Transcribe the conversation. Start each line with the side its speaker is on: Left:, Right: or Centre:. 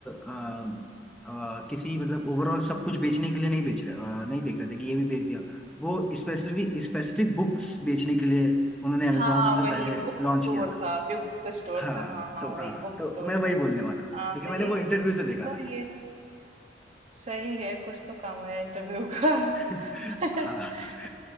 Centre: आ, आ, किसी मतलब ओवरऑल सब कुछ बेचने के लिए नहीं बेच रहे आ, नहीं देख रहे थे कि ये भी बेच दिया वो स्पेसिफिक स्पेसिफिक बुक्स बेचने के लिए उन्होंने अमेजोन
Right: हाँ
Centre: सबसे
Right: वही
Centre: पहले
Right: बुक
Centre: लॉन्च
Right: स्टोर
Centre: किया था
Right: था बिग बुक स्टोर
Centre: हाँ
Right: था हाँ
Centre: तो
Right: वही
Centre: हाँ
Right: बुक
Centre: तो
Right: स्टोर
Centre: मैं वही
Right: था
Centre: बोलने वाला था क्योंकि
Right: हाँ तो
Centre: मैंने
Right: ये
Centre: वो इंटरव्यू से देखा
Right: तो
Centre: था
Right: ये सही है कुछ तो काम आया इंटरव्यू का
Centre: <laughs>
Right: <laughs>
Centre: हाँ